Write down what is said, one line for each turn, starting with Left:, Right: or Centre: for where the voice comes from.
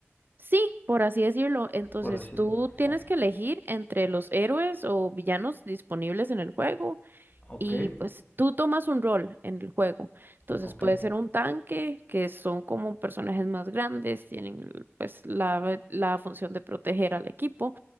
Right: Sí, por así decirlo. Entonces
Left: por así
Right: tú
Left: decirlo.
Right: tienes que elegir entre los héroes o villanos disponibles en el juego
Left: Ok,
Right: y pues tú tomas un rol en el juego. Entonces
Left: ok.
Right: puede ser un tanque, que son como personajes más grandes, tienen pues la, la función de proteger al equipo